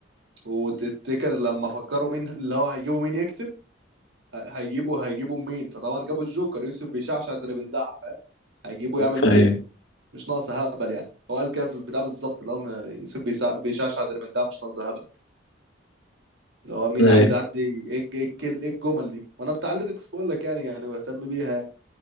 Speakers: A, on the right; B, on the left.
A: وتفتكر لما فكروا مين اللي هو هيجيبوا مين يكتب ه- هيجيبوا هيجيبوا مين فطبعا جابوا الجوكر يوسف بيشعشع اللي بندع فاهم هيجيبوا
B: <laughs>
A: يعمل بيه
B: ايوه
A: ايه مش ناقص هبل يعني هو قال كده في البتاع بالظبط اللي هو م- يوسف بيسع- بيشعشع اللي بندع مش ناقص هبل اللي هو مين
B: ايوه
A: عايز يعدي ايه الج- إيه الكل- إيه الجمل دي وانا بتاع الليركس بقول لك يعني يعني بهتم بيها يعني